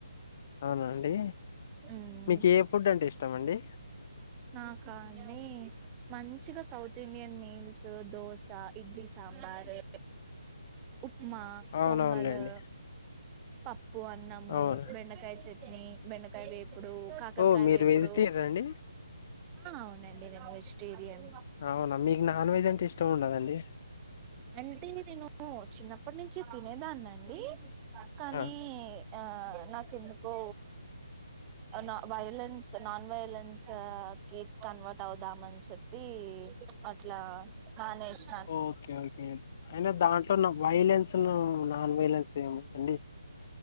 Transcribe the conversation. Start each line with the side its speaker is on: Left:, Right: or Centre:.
Left: అవునాండి
Right: ఉమ్
Left: మీకు ఏ ఫుడ్ అంటే ఇష్టం అండి?
Right: నాకా అండి మంచిగా south Indian meals dosa idli sambar upma,
Left: అవునవునులేండి
Right: pongal, పప్పు అన్నము
Left: అవును
Right: బెండకాయ చేట్ హే బెండకాయ వేపుడు, కాకరకాయ
Left: ఓ మీరు
Right: వేపుడు
Left: వెజిటేరియన్ అండి
Right: ఆ అవునండి నేను వెజిటేరియన్.
Left: అవునా మీకు నాన్ వెజ్ అంటే ఇష్టం ఉండదండి.
Right: అంటే నేను చిన్నప్పటి నుంచి తినేదాన్ని అండి కానీ
Left: ఆ
Right: ఆ నాకు ఎందుకో నా వైలెన్స్, నాన్ వయలెన్స్ గీ కన్వర్ట్ అవుదామని చెప్పి చ్ అట్లా కనేషాన్
Left: ఓకే ఓకే అయినా దాంట్లో నువ్వు వైలెన్స్ ను, నాన్ వైలెన్స్ ఏముందండి.